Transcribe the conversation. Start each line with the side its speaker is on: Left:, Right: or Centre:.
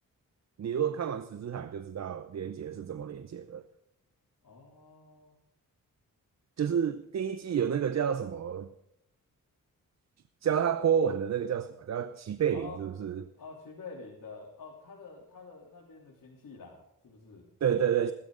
Right: 你如果看完《十之海》就知道连结是怎么连结的。
Left: 哦
Right: 就是第一季有那个叫什么，教他波纹的那个叫什么，叫齐贝林，
Left: 哦哦，
Right: 是不是？
Left: 哦齐贝林的哦，他的他的那边的亲戚啦，是不是？
Right: 对对对，